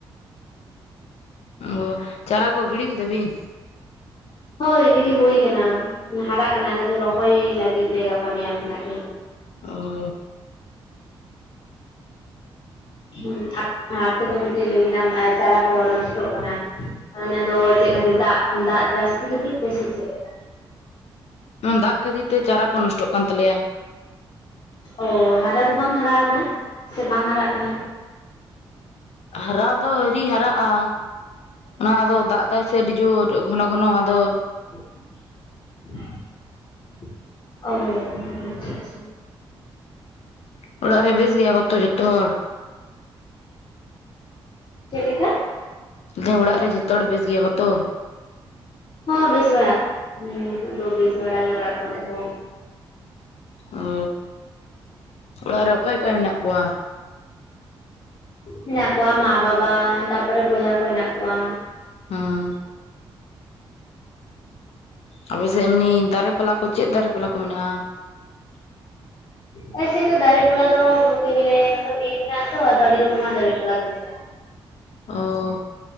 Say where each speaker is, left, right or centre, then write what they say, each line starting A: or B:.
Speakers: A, on the left; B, on the left.
A: ᱚ ᱪᱟᱨᱟ ᱠᱚ ᱜᱤᱲᱤ ᱠᱮᱫᱟ ᱵᱤᱱ
B: ᱦᱳᱭ ᱜᱤᱲᱤ ᱦᱳᱭ ᱠᱟᱱᱟ ᱦᱟᱨᱟᱜ ᱠᱟᱱᱟ ᱟᱞᱮ ᱫᱚ ᱨᱚᱦᱚᱭ ᱞᱟᱹᱜᱤᱫ ᱞᱮ ᱜᱟᱯᱟ ᱢᱮᱭᱟᱝ ᱠᱷᱚᱱᱟᱜ ᱜᱮ
A: ᱚ
B: ᱦᱩ ᱟᱯᱮ ᱫᱚ ᱯᱟᱥᱮᱡ ᱞᱟᱹᱭ ᱠᱮᱫᱟᱢ ᱪᱟᱨᱟ ᱠᱚ ᱱᱚᱥᱴᱚᱜ ᱠᱟᱱᱟ ᱚᱱᱟ ᱫᱚ ᱪᱮᱫ ᱠᱷᱟᱹᱛᱤᱨ ᱫᱟᱜ ᱫᱟᱜ ᱡᱟᱹᱥᱛᱤ ᱠᱷᱟᱹᱛᱤᱨ ᱛᱮ ᱥᱮ ᱪᱮᱫ ᱞᱮᱠᱟ
A: ᱫᱟᱜ ᱠᱷᱟᱹᱛᱤᱨ ᱛᱮ ᱪᱟᱨᱟ ᱠᱚ ᱱᱚᱥᱴᱚᱜ ᱠᱟᱱ ᱛᱟᱞᱮᱭᱟ
B: ᱚ ᱦᱟᱨᱟ ᱫᱚ ᱵᱟᱝ ᱦᱟᱨᱟ ᱟᱠᱟᱱᱟ ᱥᱮ ᱵᱟᱝ ᱦᱟᱨᱟᱜ ᱠᱟᱱᱟ
A: ᱦᱟᱨᱟ ᱫᱚ ᱟᱹᱣᱨᱤ ᱦᱟᱨᱟᱜᱼᱟ ᱚᱱᱟ ᱫᱚ ᱫᱟᱜ ᱫᱟᱭ ᱥᱮ ᱟᱹᱰᱤ ᱡᱳᱨ ᱜᱷᱚᱱᱚ ᱜᱷᱚᱱᱚ ᱟᱫᱚ
B: ᱚ <unintelligible>
A: ᱚᱲᱟᱜ ᱨᱮ ᱵᱮᱥ ᱜᱮᱭᱟ ᱠᱚᱛᱚ ᱡᱚᱛᱚ ᱦᱚᱲ
B: ᱪᱮᱫ ᱞᱮᱠᱟ
A: ᱫᱚ ᱚᱲᱟᱜ ᱨᱮ ᱡᱷᱚᱛᱚ ᱦᱚᱲ ᱵᱮᱥ ᱜᱮᱭᱟ ᱠᱚᱛᱚ
B: ᱦᱚᱸ ᱵᱮᱥ ᱵᱟᱲᱟ ᱫᱚ ᱵᱮᱥ ᱵᱟᱲᱟᱜ ᱜᱮ ᱚᱲᱟᱜ ᱠᱚᱨᱮ ᱫᱚ
A: ᱚ ᱚᱲᱟᱜ ᱨᱮ ᱚᱠᱚᱭ ᱠᱚ ᱢᱮᱱᱟᱜ ᱠᱚᱣᱟ
B: ᱦᱮᱱᱟᱜ ᱠᱚᱣᱟ ᱢᱟ ᱵᱟᱵᱟ ᱛᱟᱨᱯᱚᱨᱮ ᱵᱚᱭᱦᱟ ᱠᱚ ᱦᱮᱱᱟᱜ ᱠᱚᱣᱟ
A: ᱦᱚᱸ ᱟᱯᱮ ᱥᱮ ᱮᱢᱱᱤ ᱫᱟᱨᱮ ᱯᱟᱞᱟ ᱠᱚ ᱪᱮᱫ ᱫᱟᱨᱮ ᱯᱟᱞᱟ ᱠᱚ ᱢᱮᱱᱟᱜᱼᱟ <unintelligible>
B: ᱚᱞᱮᱥᱮᱫ ᱫᱚ ᱫᱟᱨᱮ ᱯᱟᱞᱦᱟ ᱫᱚ ᱵᱚᱞᱛᱮ ᱜᱮᱞᱮ ᱱᱚᱛᱮ ᱵᱤᱨ ᱢᱮᱱᱟᱜ ᱛᱚ ᱟᱫᱚ ᱟᱹᱰᱤ ᱨᱚᱠᱚᱢᱟᱜ ᱫᱟᱨᱮ ᱯᱟᱞᱟ ᱫᱚ ᱢᱮᱱᱟᱜᱼᱟ
A: ᱚ